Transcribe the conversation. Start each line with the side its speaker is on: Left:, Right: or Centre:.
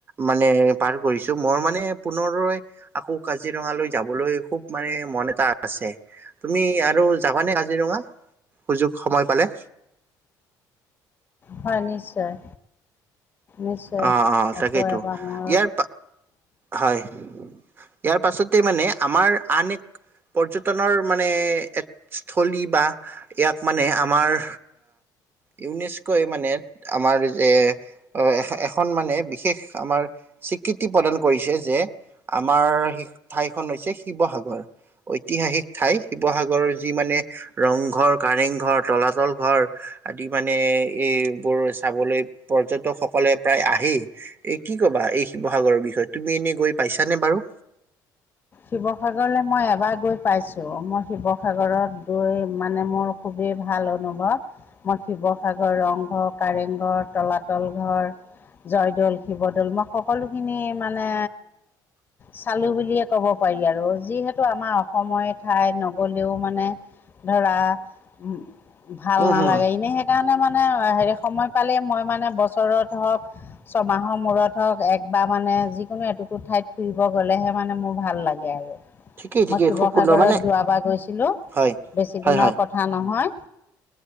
Right: মানে পাৰ কৰিছো, মই মানে পুনৰ দৰে আকৌ কাজিৰঙালৈ যাবলৈ খুব মানে মন এটা আছে। তুমি আৰু যাবানে কাজিৰঙা, সুযোগ সময় পালে?
Left: হয়, নিশ্চয়। নিশ্চয়,
Right: অ অ তাকেইতো
Left: আকৌ এবাৰ মোৰ
Right: ইয়াৰ হয়, ইয়াৰ পাছতে মানে আমাৰ আন এক পৰ্যটনৰ মানে স্থলী বা ইয়াক মানে আমাৰ ইউনেস্কই মানে, আমাৰ যে অ, এ এখন মানে বিশেষ আমাৰ স্বীকৃতি প্ৰদান কৰিছে যে, আমাৰ ঠাইখন হৈছে শিৱসাগৰ, ঐতিহাসিক ঠাই শিৱসাগৰৰ যি মানে ৰংঘৰ, কাৰেংঘৰ, তলাতল ঘৰ আদি মানে এইবোৰ চাবলৈ পৰ্যটক সকলে প্ৰায় আহেই। এ, কি ক'বা এই শিৱসাগৰৰ বিষয়ে? তুমি এনেই গৈ পাইছানে বাৰু!
Left: শিৱসাগৰলৈ মই এবাৰ গৈ পাইছোঁ। মই শিৱসাগৰত গৈ মানে মোৰ খুবেই ভাল অনুভৱ। মই শিৱসাগৰ ৰংঘৰ, কাৰেং ঘৰ, তলাতল ঘৰ জয়দৌল, শিৱদৌল মই সকলোখিনি মানে চালো বুলিয়ে ক'ব পাৰি আৰু যিহেতু আমাৰ অসমৰে ঠাই নগ'লেও মানে ধৰা উম, ভাল
Right: উম
Left: নালাগে
Right: হম
Left: এনে সে সেইকাৰণে মানে হেৰি সময় পালেই মই মানে বছৰত হওক ছমাহৰ মূৰত হওক একবাৰ মানে যিকোনো এটুকু ঠাইত ফুৰিব গ'লেহে মানে মোৰ ভাল লাগে আৰু
Right: ঠিকেই ঠিকেই
Left: মই শিৱসাগৰত
Right: খুব সুন্দৰ মানে
Left: যোৱাবাৰ গৈছিলো
Right: হয়
Left: বেছি
Right: হয়
Left: দিনৰ
Right: হয়
Left: কথা কথা নহয়?